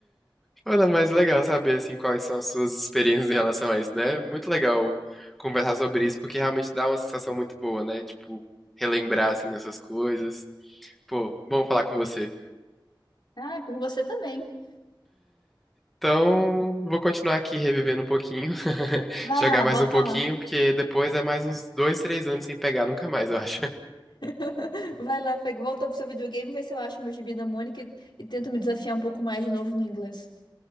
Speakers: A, in the centre; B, on the left.
A: Ana, mas legal saber assim quais são as suas experiências em relação a isso, né? É Muito legal conversar sobre isso, porque realmente dá uma sensação muito boa, né? Tipo, relembrar assim essas coisas. Pô, bom falar com você.
B: Ah, com você também.
A: Então, vou continuar aqui revivendo um pouquinho, <laughs>
B: Vai
A: jogar
B: lá,
A: mais
B: volta
A: um pouquinho,
B: lá.
A: porque depois é mais uns dois, três anos sem pegar nunca mais, eu acho. <laughs>
B: <laughs> Vai lá, Fê, volta pro seu videogame, vê se eu acho meu gibi da Mônica e, e tento me desafiar um pouco mais de novo no inglês.